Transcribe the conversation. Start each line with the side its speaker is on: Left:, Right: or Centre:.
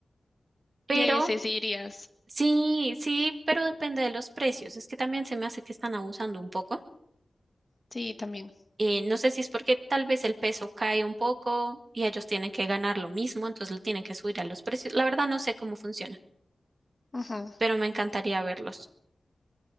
Right: Pero
Left: Y ahí ese sí irías.
Right: sí, sí, pero depende de los precios. Es que también se me hace que están abusando un poco.
Left: Sí, también.
Right: Eh, no sé si es porque tal vez el peso cae un poco y ellos tienen que ganar lo mismo, entonces lo tienen que subir a los precios. La verdad no sé cómo funciona.
Left: Ajá.
Right: pero me encantaría verlos.